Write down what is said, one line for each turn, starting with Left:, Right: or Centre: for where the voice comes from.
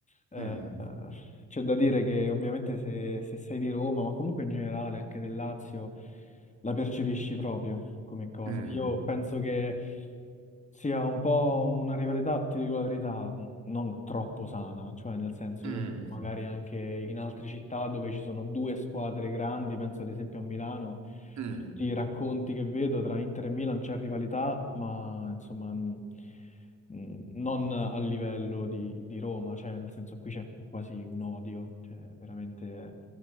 Left: Eh,
Right: Mm,
Left: eh, c'è da dire che ovviamente se, se sei di Roma, ma comunque in generale anche del Lazio, la percepisci proprio come cosa.
Right: mm,
Left: Io penso che sia un po' una rivalità, ti dico la verità, n- non troppo sana, cioè nel senso
Right: mm,
Left: io magari anche in altre città dove ci sono due squadre grandi, penso ad esempio a Milano,
Right: mm.
Left: da tutti i racconti che vedo tra Inter e Milan c'è rivalità, ma insomma non, mm, non a livello di, di Roma, cioè nel senso qui c'è quasi un odio, cioè veramente